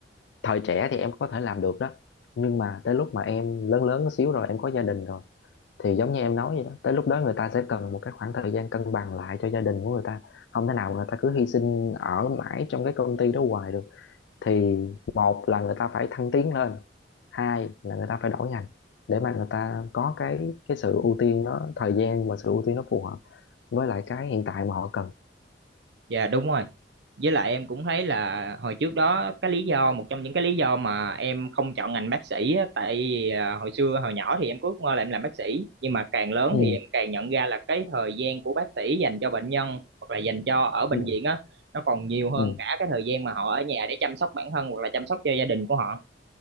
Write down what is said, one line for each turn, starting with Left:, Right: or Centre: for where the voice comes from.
Left: thời trẻ thì em có thể làm được đó nhưng mà tới lúc mà em lớn lớn xíu rồi em có gia đình rồi thì giống như em nói vậy đó tới lúc đó người ta sẽ cần một cái khoảng thời gian cân bằng lại cho gia đình của người ta không thể nào người ta cứ hy sinh ở mãi trong cái công ty đó hoài được thì một là người ta phải thăng tiến lên hai là người ta phải đổi ngành để mà người ta có cái cái sự ưu tiên nó thời gian và sự ưu tiên nó phù hợp với lại cái hiện tại mà họ cần
Right: Dạ đúng rồi. Với lại em cũng thấy là hồi trước đó cái lý do một trong những cái lý do mà em không chọn ngành bác sĩ á, tại vì à, hồi xưa hồi nhỏ thì em cứ ngờ là em làm bác sĩ nhưng mà càng lớn
Left: ừ
Right: thì em càng nhận ra là cái thời gian của bác sĩ dành cho bệnh nhân hoặc là dành cho ở bệnh
Left: ừ
Right: viện á nó còn nhiều hơn
Left: ừ
Right: cả cái thời gian mà họ ở nhà để chăm sóc bản thân hoặc là chăm sóc cho gia đình của họ.